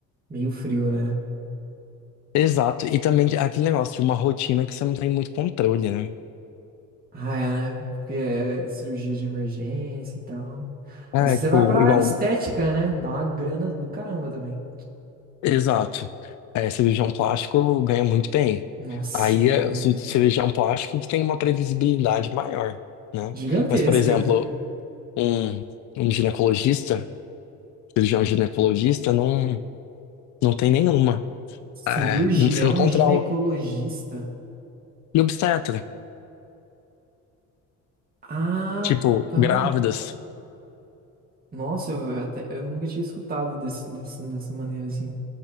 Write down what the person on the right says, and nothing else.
Meio frio, né?
Ah, é, né? Porque é cirurgia de emergência e tal.
Não sei
se
você vai pra
área estética, né? Dá uma grana do caramba também.
Nossa,
demais.
Gigantesca.
Cirurgião
ginecologista.
Ah,
tá.
Nossa, eu, até, eu nunca tinha escutado desse, desse- dessa maneira assim.